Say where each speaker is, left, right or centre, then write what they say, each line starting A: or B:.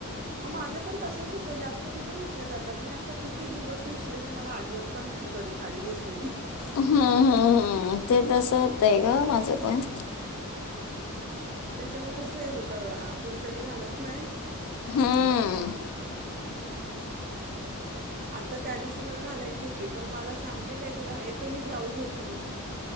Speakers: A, on the right; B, on the left.
A: मग माझं पण तसचं होतं जास्त कुठं नेसल्या जात आता किती दिवस नेसले नाही मला आठवत पण नाही मी कधी साडी नेसलेली.
B: हम्म हम्म हम्म ते तसं होतं ग माझं पण
A: त्याच्यामुळे असं हे होतं आपण कधी घालत नाही
B: हम्म.
A: आता त्या दिवशी मला घालायची होती पण मला सांगते काय तुला एकही ब्लाऊज होत नाही.